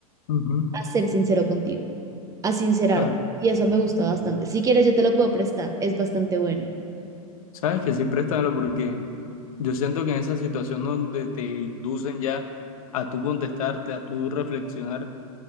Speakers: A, on the left (about 70°); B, on the right (about 15°).
A: ujú,
B: a ser sincero contigo, a sincerarte.
A: Claro.
B: Y eso me gusta bastante. Si quieres, yo te lo puedo prestar, es bastante bueno.
A: Sabes que sí, préstamelo porque yo siento que en esa situación donde te inducen ya a tú contestarte, a tú reflexionar,